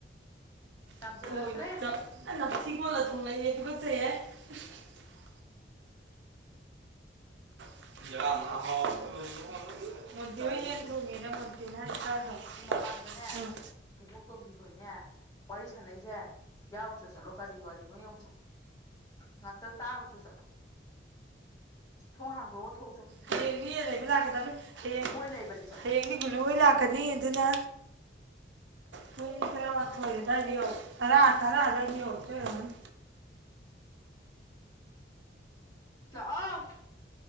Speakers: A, on the left; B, on the right.
A: ꯌꯥꯝꯖꯜꯂꯛꯇ꯭ꯔꯦ
B: <unintelligible> <unintelligible>
A: ꯁꯨꯝ ꯃꯄꯥꯟꯗꯅꯦ
B: ꯎꯝ
A: ꯏꯕꯣꯛꯇꯣꯝꯕꯤ ꯍꯣꯏꯅꯦ ꯋꯥꯔꯤ ꯁꯥꯟꯅꯩꯁꯦ ꯌꯥꯎꯔꯨꯁꯨ ꯆꯠꯂꯣ ꯀꯔꯤ ꯋꯥꯔꯤꯅꯣ ꯌꯦꯡꯉꯨꯆꯣ ꯉꯥꯛꯇ ꯇꯥꯔꯨꯆꯣ ꯆꯠꯂꯣ ꯊꯣꯡ ꯍꯥꯡꯗꯣꯛꯑ ꯊꯣꯛꯎꯆꯣ
B: ꯍꯌꯦꯡꯗꯤ ꯌꯦꯟ ꯂꯩꯕ ꯂꯥꯛꯀꯗꯕꯅꯤ ꯍꯌꯦꯡ
A: ꯃꯣꯏ ꯂꯩꯕꯅꯤ ꯆꯠꯂꯣ
B: ꯍꯌꯦꯡꯗꯤ ꯒꯨꯂꯨ ꯍꯣꯏ ꯂꯥꯛꯀꯅꯤ ꯑꯗꯨꯅ ꯄꯨꯡ ꯇꯔꯥꯃꯊꯣꯏ ꯑꯗꯥꯏ ꯌꯧꯔꯛ ꯇꯔꯥ ꯇꯔꯥ ꯑꯗꯥꯏꯗꯥ ꯌꯧꯔꯛꯇꯣꯏ ꯑꯣꯏꯔꯝꯒꯅꯤ
A: ꯂꯛꯑꯣ